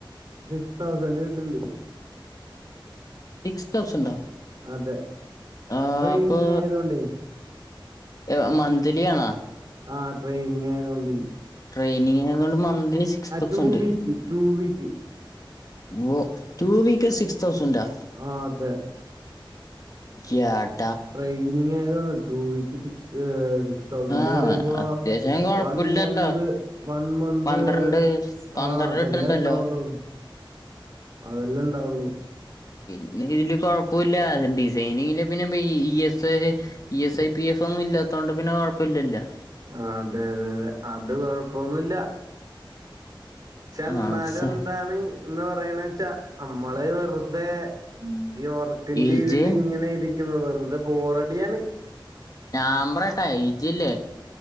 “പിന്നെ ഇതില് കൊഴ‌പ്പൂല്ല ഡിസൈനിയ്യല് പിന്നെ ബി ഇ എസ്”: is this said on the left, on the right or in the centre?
Left